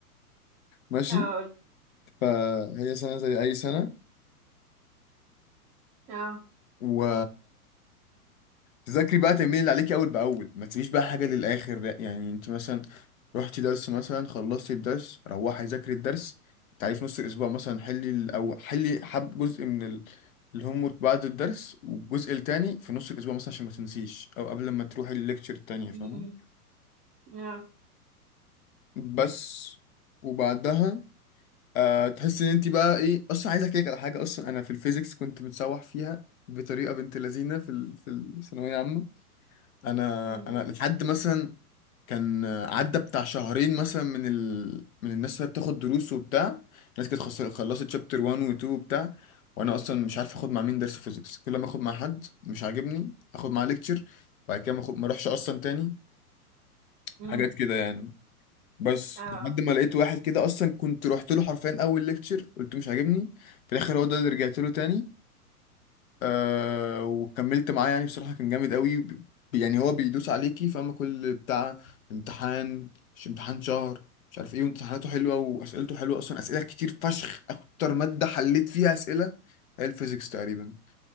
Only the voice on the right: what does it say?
اه
اه
امم امم. اه
امم
امم.
اه